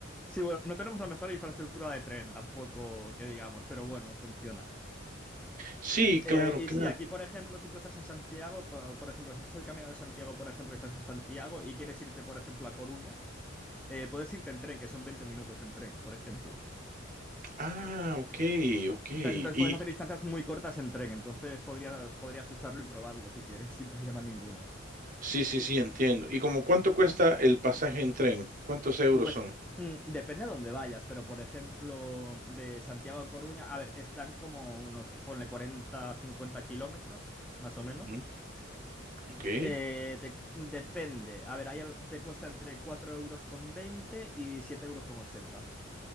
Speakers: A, in the centre; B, on the right.
A: Sí, bueno, no tenemos la mejor infraestructura de tren tampoco, que digamos, pero bueno, funciona.
B: Sí,
A: Eh,
B: claro,
A: y
B: claro.
A: sí, aquí, por ejemplo, si tú estás en Santiago, po- por, ejemplo, si haces el Camino de Santiago, por ejemplo, estás en Santiago y quieres irte, por ejemplo, a Coruña, eh, puedes irte en tren, que son 20 minutos en tren, por ejemplo.
B: Ah, ok, ok. Y,
A: ¿Sabes? Entonces puedes hacer distancias muy cortas en tren, entonces podrías, podrías usarlo y probarlo si quieres, <laughs> sin problema ninguno.
B: Sí, sí, sí, entiendo. ¿Y como cuánto cuesta el pasaje en tren? ¿Cuántos euros
A: Pues
B: son?
A: mm, depende a dónde vayas, pero por ejemplo, de Santiago a Coruña, a ver, están como unos, ponle 40, 50 kilómetros, más o
B: Ujú,
A: menos.
B: okey.
A: Eh, te- depende. A ver, ahí el- te cuesta entre cuatro euros con veinte y siete euros. con ochenta